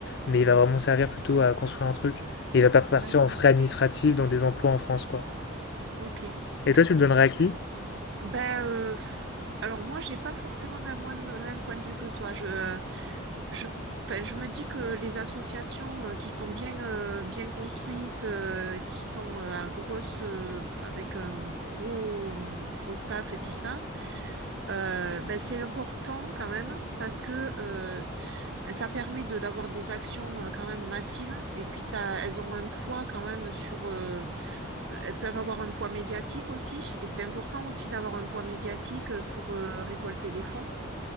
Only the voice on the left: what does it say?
mais il va vraiment servir plutôt à construire un truc. Et il va pas partir
en frais administratifs dans des emplois en France, quoi.
Et toi, tu le donnerais à qui?